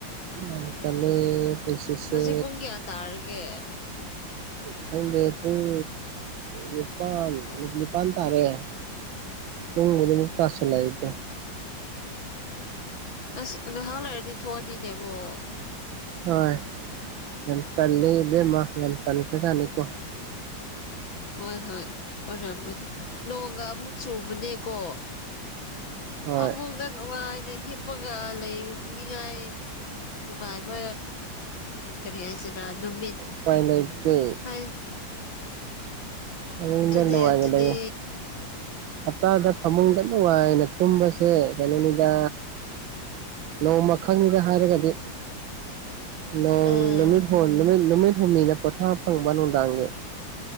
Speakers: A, on the right; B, on the left.
A: ꯌꯥꯝ ꯇꯥꯜꯂꯦ ꯄꯨꯟꯁꯤꯁꯦ
B: ꯍꯧꯖꯤꯛ ꯄꯨꯡ ꯀꯌꯥ ꯇꯥꯔꯒꯦ
A: ꯈꯪꯗꯦ ꯄꯨꯡ ꯅꯤꯄꯥꯟ ꯅꯤꯄꯥꯟ ꯇꯥꯔꯦ ꯃꯨꯡꯒꯂꯤꯃꯛꯇ <inaudible> ꯆꯁꯦꯂꯥꯏꯗꯣ
B: ꯑꯁ ꯉꯍꯥꯛ ꯂꯩꯔꯗꯤ ꯊꯣꯛꯑꯅꯤꯅꯦ ꯑꯃꯨꯛ
A: ꯍꯣꯏ ꯌꯥꯝ ꯇꯜꯂꯦ ꯏꯕꯦꯝꯃ ꯌꯥꯝ ꯇꯟꯈ꯭ꯔꯖꯥꯠꯅꯤꯀꯣ
B: ꯍꯣꯏ ꯍꯣꯏ ꯑꯣꯏꯔꯝꯒꯅꯤ ꯅꯣꯡꯒ ꯑꯃꯨꯛ ꯆꯨꯕꯅꯦꯀꯣ
A: ꯍꯣꯏ
B: ꯐꯃꯨꯡꯗ ꯅꯨꯡꯉꯥꯏꯅ ꯍꯤꯞꯄꯒ ꯂꯩꯅꯤꯉꯥꯏ ꯅꯨꯡꯉꯥꯏꯕ ꯎꯝ ꯀꯔꯤ ꯍꯥꯏꯁꯤꯔꯥ ꯅꯨꯃꯤꯠ
A: ꯎꯄꯥꯏ ꯂꯩꯇꯦ
B: ꯍꯥꯏ
A: ꯐꯃꯨꯡꯗ
B: ꯑꯗꯨꯅꯦ
A: ꯅꯨꯡꯉꯥꯏꯅ
B: ꯑꯗꯨꯅꯦ
A: ꯂꯩꯌꯦ ꯍꯞꯇꯥꯗ ꯐꯃꯨꯡꯗ ꯅꯨꯡꯉꯥꯏꯅ ꯇꯨꯝꯕꯁꯦ ꯀꯩꯅꯣꯅꯤꯗ ꯅꯣꯡꯃ ꯈꯪꯉꯤꯗ ꯍꯥꯏꯔꯒꯗꯤ ꯅꯣꯡ
B: ꯎꯝ
A: ꯅꯨꯃꯤꯠ ꯍ ꯅꯨꯃꯤꯠ ꯅꯨꯃꯤꯠ ꯍꯨꯝꯅꯤꯅ ꯄꯣꯊꯥ ꯐꯪꯕ ꯅꯨꯡꯗꯥꯡꯒꯤ